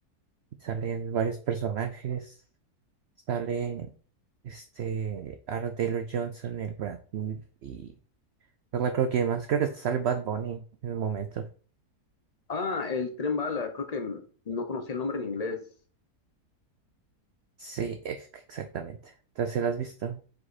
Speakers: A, on the right; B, on the left.
A: Salen varios personajes, sale este Aaron Taylor Johnson, el Brad Pitt y no recuerdo quién más. Creo que hasta sale Bad Bunny en el momento.
B: Ah, El Tren Bala, creo que m- no conocía el nombre en inglés.
A: Sí, ex- exactamente. Entonces, ¿sí ¿la has visto?